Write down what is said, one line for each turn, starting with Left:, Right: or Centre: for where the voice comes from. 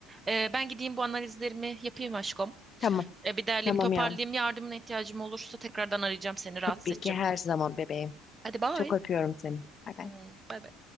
Right: e, ben gideyim bu analizlerimi yapayım aşkım.
Left: Tamam.
Right: E, bir derleyeyim,
Left: Tamam
Right: toparlayayım.
Left: yavrum.
Right: Yardımına ihtiyacım olursa tekrardan arayacağım seni, rahatsız
Left: Tabii
Right: edeceğim.
Left: ki her zaman bebeğim.
Right: Hadi bye.
Left: Çok öpüyorum seni. Bay bay.
Right: Hmm, bye bye.